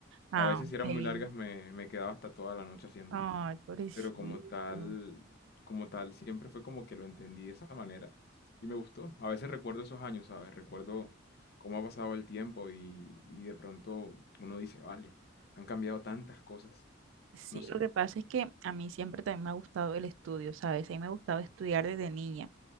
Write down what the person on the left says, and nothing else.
A veces
si eran muy largas me, me quedaba hasta toda la noche haciéndolas.
pero como tal, como tal, siempre fue como que lo entendí de esa manera y me gustó. A veces recuerdo esos años, ¿sabes? Recuerdo cómo ha pasado el tiempo y, y de pronto uno dice, vale, han cambiado tantas cosas.
No sé,